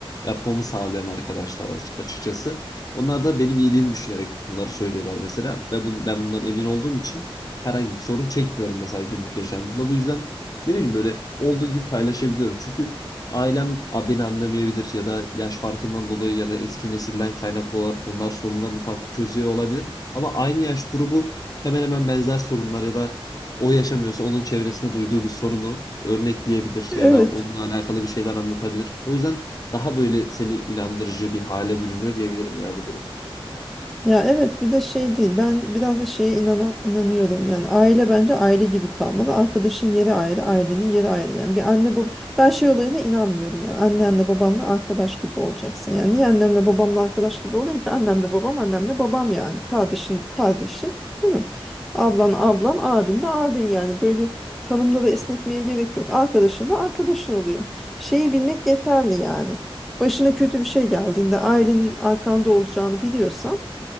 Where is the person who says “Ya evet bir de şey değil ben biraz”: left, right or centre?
Centre